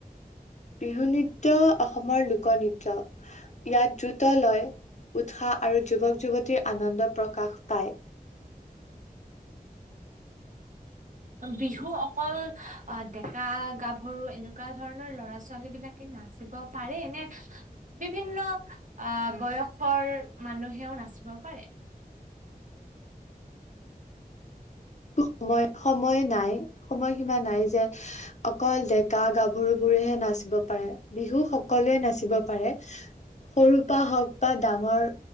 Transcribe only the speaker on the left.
বিহু নৃত্য অসমৰ লোকনৃত্য, ইয়াত দ্ৰুত লয় উৎসাহ আৰু যুৱক যুৱতীৰ আনন্দ প্ৰকাশ পায়।
সময় সময় নাই সময়সীমা নাই যে অকল ডেকা গাভৰুবোৰেহে নাচিব পাৰে বিহু সকলোৱে নাচিব পাৰে। সৰুৰ পৰা হওক বা ডাঙৰ